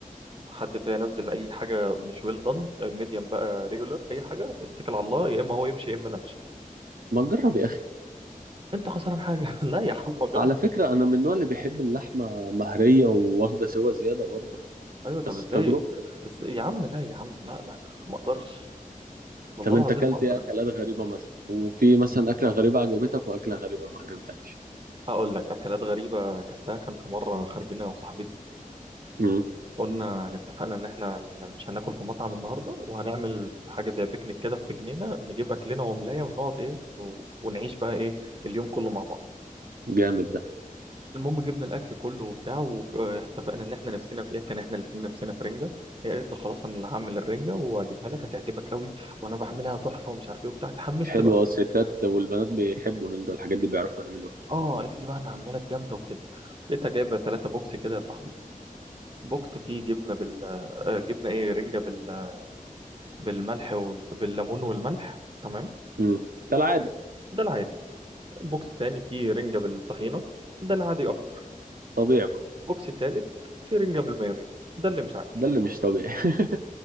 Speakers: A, on the right; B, on the right.
A: حد فيها ينزل اي حاجه مش ويل دون ميديم بقى ريجولر اي حاجه اتكل على الله يا اما هو يمشي يا اما انا امشي
B: ما تجرب يا اخي
A: انت خسران حاجه <laughs> لا يا عم اجرب
B: على فكرة أنا من النوع اللي بيحب اللحمة مهرية وواخدة سوا زيادة برضو
A: ايوه طب
B: بس
A: ازاي
B: تجربة
A: ازاي يا عم لا يا عم لا لا لا ما اقدرش والله
B: طب أنت
A: العظيم
B: أكلت
A: ما اقدر
B: إيه أكلات غريبة مثلا وفي مثلا أكلة غريبة عجبتك وأكلة غريبة ما عجبتكش
A: اقول لك اكلات غريبه اكلتها كان في مره خارجين انا وصاحبتي
B: امم
A: قلنا يعني اتفقنا ان احنا هن- مش هناكل في مطعم النهارده وهنعمل حاجه زي بيكنيك كده في جنينه نجيب اكلنا وملايه ونقعد ايه و- ونعيش بقى ايه اليوم كله مع بعض
B: جامد ده
A: المهم جبنا الاكل كله وبتاع واتفقنا ان احنا نفسنا في ايه كان احنا الاثنين نفسنا في رنجه هي قالت له خلاص انا اللي هعمل الرنجه وهجيبها لك هتعجبك قوي وانا بعملها تحفه ومش عارف ايه وبتاع اتحمست
B: حلو
A: بقى
B: أه الستات والبنات بيحبوا النينجا والحاجات دي بيعرفوا يعملوها
A: اه قالت لي بقى انا هعملها لك جامده وكده لقيتها جايبه ثلاثة بوكس كده يا صاحبي بوكس فيه جبنه بال آه، جبنه ايه رنجه بال... بالملح وال... بالليمون والملح تمام
B: امم ده العادي
A: ده العادي بوكس تاني فيه رنجه بالطحينه ده العادي اكتر
B: طبيعي برضو
A: بوكس تالت فيه رنجه بالمايونيز ده اللي مش عادي
B: ده اللي مش طبيعي <laughs>